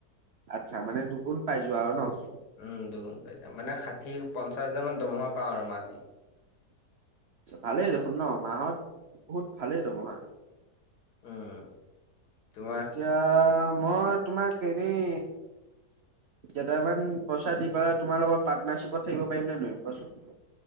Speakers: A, on the right; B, on the left.
A: আচ্ছা, মানে দুগুণ পাই যোৱা আৰু ন'।
B: উম, দুগুণ পাই যাম মানে ষাঠি, পঞ্চাশ হাজাৰ মান দমহা পাওঁ আৰু মান্থলি।
A: ভালেই দেখোন ন' মাহত বহুত ভালেই দমহা।
B: উম। তোমাৰ
A: এতিয়া মই তোমাক এনেই কেইটামান পইচা দি পেলাই তোমাৰ লগত পাৰ্টনাৰশ্বিপত থাকিব পাৰিম নে নোৱাৰিম কোৱাচোন?